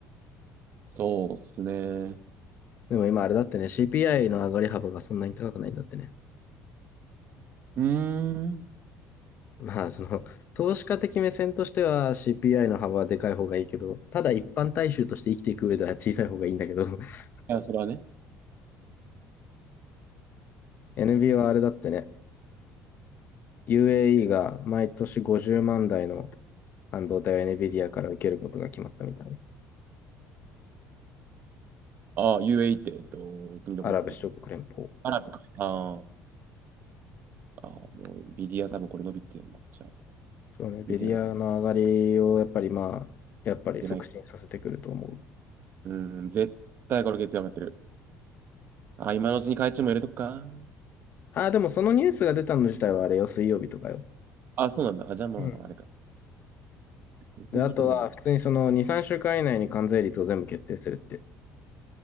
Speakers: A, on the right (about 40°); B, on the left (about 40°).
A: そうっすね。
B: でも今あれだってね、CPI の上がり幅がそんなに高くないんだってね。
A: うーん。
B: まあその、投資家的目線としては CPI の幅はでかい方がいいけど、ただ一般大衆として生きていく上では小さい方がいいんだけど、<laughs>
A: いや、それはね。
B: NB はあれだってね、UAE が毎年50万台の半導体を NVIDIA から受けることが決まったみたいな。
A: ああ、UAE って、えっと、国どこだっけ
B: アラブ首長国連邦。
A: アラブか。あーあー、もう、ビディア多分これ伸びてるな。じゃあ、
B: そうね、ベリアの上がりをやっぱりまあ、
A: 見てない、
B: やっぱり促進させてくると思う。
A: 見てない。うん、絶対これ月曜上がってる。あ、今のうちに会長も入れとくか。
B: ああ、でもそのニュースが出たの自体はあれよ、水曜日とかよ。
A: あ、そうなんだ。あ、じゃあまあ、
B: うん。
A: あれか。全然見てね
B: で、あとは普通にその2、3週間以内に関税率を全部決定するって。